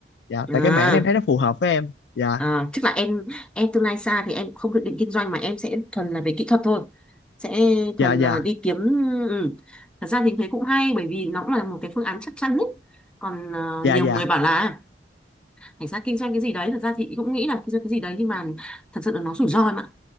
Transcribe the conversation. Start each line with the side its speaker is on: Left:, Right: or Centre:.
Left: Dạ
Centre: ừ.
Left: tại cái
Centre: à,
Left: mảng này em thấy nó phù hợp với em. Dạ
Centre: à tức là em em tương lai xa thì em không dự định kinh doanh mà em sẽ thuần là về kỹ thuật thôi sẽ thuần
Left: dạ dạ
Centre: là đi kiếm ừ. thật ra thì thấy cũng hay bởi vì nó cũng là một cái phương án chắc chắn ấy còn ờ,
Left: dạ
Centre: nhiều
Left: dạ
Centre: người bảo là cảnh sát kinh doanh cái gì đấy thật ra thì cũng nghĩ là kinh doanh cái gì đấy nhưng mà thật sự là nó rủi ro em ạ